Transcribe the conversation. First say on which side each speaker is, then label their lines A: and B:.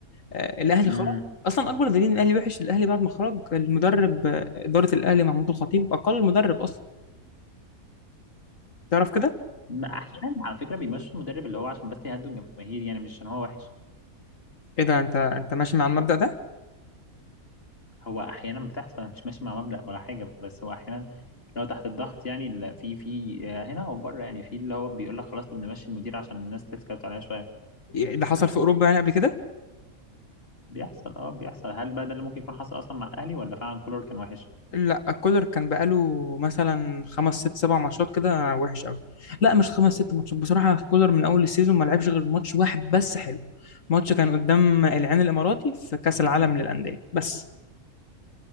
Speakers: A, on the left; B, on the left.
A: آه، الاهلي
B: امم
A: خرج اصلا اكبر دليل ان الاهلي وحش الاهلي بعد ما خرج المدرب آه، اداره الاهلي محمود الخطيب اقل مدرب اصلا تعرف كده
B: ما احيانا على فكرة بيمشوا المدرب اللي هو عشان بس يهدوا الجماهير يعني مش عشان هو وحش
A: ايه ده انت انت ماشي مع المبدأ ده
B: هو احيانا بتحصل أنا مش ماشي مع مبدأ ولا حاجة بس هو احيانا لو تحت الضغط يعني ال- في في آه، هنا وبره يعني في اللي هو بيقول لك خلاص طب نمشي المدير عشان الناس تسكت عليها شوية
A: يعني ده حصل في اوروبا يعني قبل كده
B: بيحصل اه بيحصل هل بقى ده اللي ممكن يكون حصل اصلا مع الاهلي ولا فعلا كولر كان وحش
A: لا كولر كان بقاله مثلا خمس ست سبع ماتشات كده وحش قوي لا مش خمس ست ماتشات بصراحة كولر من اول السيزون ما لعبش غير ماتش واحد بس حلو ماتش كان قدام العين الاماراتي في كأس العالم للأندية بس